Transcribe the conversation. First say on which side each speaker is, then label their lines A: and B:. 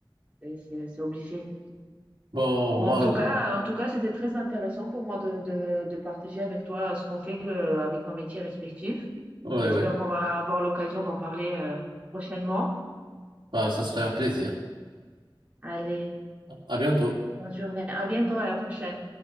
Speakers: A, on the right; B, on the right.
A: Et C'est c'est obligé.
B: Bon,
A: Bon,
B: moi,
A: en tout cas, en tout cas, c'était très intéressant pour moi de, de, de partager avec toi euh, ce qu'on fait euh, avec nos métiers respectifs.
B: ouais,
A: J'espère
B: ouais.
A: qu'on va avoir l'occasion d'en parler euh, prochainement.
B: Bah, ça serait un plaisir.
A: Allez,
B: À bientôt.
A: bonne journée. À bientôt, à la prochaine.